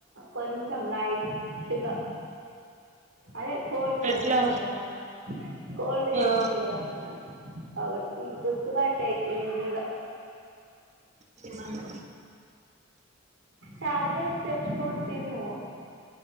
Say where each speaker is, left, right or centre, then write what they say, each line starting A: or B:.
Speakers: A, on the right; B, on the right.
A: కొంచం లైట్గా అదే కోల్డ్ చేసింది
B: ఎట్లా
A: కదా కోల్డ్ చేసింది
B: ఆ
A: కదా కాబట్టి గుర్తుపట్టేయచ్చు ఈజీగా
B: తిన్నాను
A: ట్యాబ్లేెట్స్ తెచ్చుకొని తిను